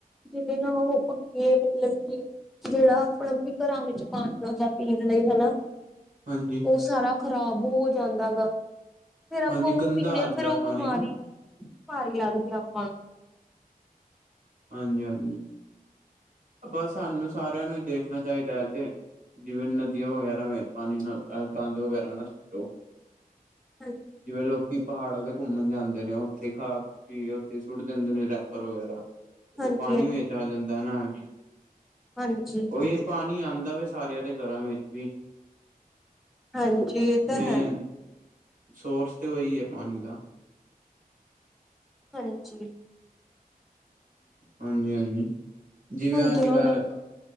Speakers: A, in the centre; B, on the right (about 60°).
A: ਜਿਹਦੇ ਨਾਲ ਉਹ ਅੱਗੇ ਮਤਲਬ ਕਿ ਜਿਹੜਾ ਆਪਣਾ ਵੀ ਘਰਾਂ ਵਿੱਚ ਪਾਣੀ ਆਦਾ ਪੀਣ ਲਈ ਹੈਨਾ
B: ਹਾਂਜੀ
A: ਉਹ ਸਾਰਾ ਖ਼ਰਾਬ ਹੋ ਜਾਂਦਾ ਗਾ ਫੇਰ ਆਪਾਂ
B: ਹਾਂਜੀ,
A: ਉਹਨੂ
B: ਗੰਦਾ
A: ਪੀਣੇ ਆ
B: ਆਂਦਾ
A: ਫੇਰ ਉਹ
B: ਪਾਣੀ
A: ਬਿਮਾਰੀ
B: ਨਾ,
A: ਭਾਰੀ ਲੱਗਦੀ ਆਪਾਂ
B: ਹਾਂਜੀ-ਹਾਂਜੀ ਬਸ ਸਾਨੂੰ ਸਾਰਿਆਂ ਨੂੰ ਹੀ ਦੇਖਨਾ ਚਾਹੀਦਾ ਐ ਤੇ ਜੀਵਨ ਨਦੀਆਂ ਵਗੈਰਾ ਵ ਪਾਨੀ ਗਾਂਦ ਵਗੈਰਾ ਨਾ ਸੁੱਟੋ
A: ਨੂੰ
B: ਜਿਵੇਂ ਲੋਕੀ ਪਹਾੜਾਂ ਤੇ ਘੁੰਮਣ ਜਾਂਦੇ ਨੇ ਉੱਥੇ ਖਾ ਪੀ ਸੁੱਟ ਦਿੰਦੇ ਨੇ ਰੈਪਰ ਵਗੈਰਾ
A: ਹਾਂਜੀ
B: ਉਹ ਪਾਨੀ
A: ਹਾਂਜੀ
B: ਵਿੱਚ ਆ ਜਾਂਦਾ ਨਾ ਐਵੇਂ
A: ਹਾਂਜੀ
B: ਉਹੀ ਪਾਨੀ ਆੰਦਾ ਵੇ ਸਾਰਿਆਂ ਦੇ ਘਰਾਂ ਵਿੱਚ ਵੀ
A: ਹਾਂਜੀ ਇਹ ਤਾਂ
B: ਮੇਨ
A: ਹੈ
B: ਸੋਰਸ ਤੇ ਉਹੀ ਹੈ ਪਾਨੀ ਦਾ
A: ਹਾਂਜੀ
B: ਹਾਂਜੀ ਹਾਂਜੀ ਜਿਵੇਂ
A: ਹੁਣ
B: ਅੱਜ
A: ਦਿਨੋ
B: ਕੱਲ੍ਹ
A: ਦਿਨ